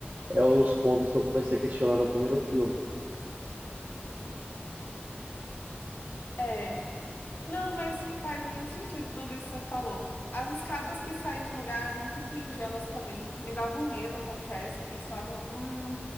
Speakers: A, on the right; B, on the left.
A: é os pontos que eu comecei a questionar no primeiro filme.
B: É. Não, mas faz muito sentido tudo isso que você falou. As escadas que saem de lugar, eu nunca entendi elas também. Me davam medo, confesso. Eu pensava, hum,